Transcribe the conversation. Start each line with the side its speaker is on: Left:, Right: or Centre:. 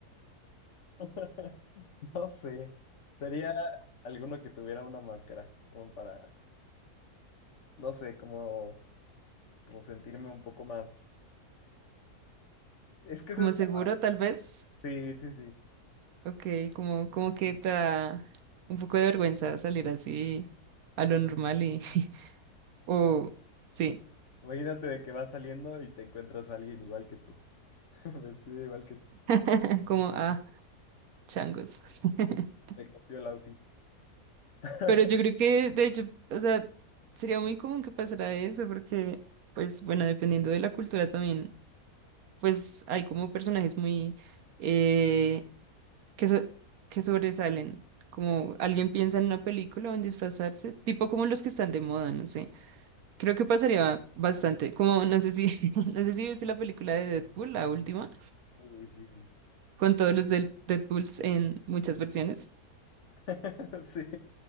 Left: <laughs> no sé. Sería alguno que tuviera una máscara, como para, no sé, como, como sentirme un poco más. Es que
Right: ¿Como
Left: eso es. esto.
Right: seguro, tal vez?
Left: Sí, sí, sí.
Right: Ok, como, como que te da un poco de vergüenza salir así a lo normal y... <laughs> O sí,
Left: Imagínate de que vas saliendo y te encuentras a alguien igual que tú, <laughs> vestido igual que tú.
Right: <laughs> como ah, changos. <laughs>
Left: Me copió el outfit. <laughs>
Right: Pero yo creo que, de hecho, o sea, sería muy común que pasara eso porque, pues, bueno, dependiendo de la cultura también, pues hay como personajes muy... eh, que, so- que sobresalen. Como alguien piensa en una película o en disfrazarse, tipo como los que están de moda, no sé. Creo que pasaría bastante, como no sé si, <laughs> no sé si viste la película de Deadpool, la última,
Left: Sí, sí, sí.
Right: con todos los del Deadpools en muchas versiones.
Left: <laughs> Sí,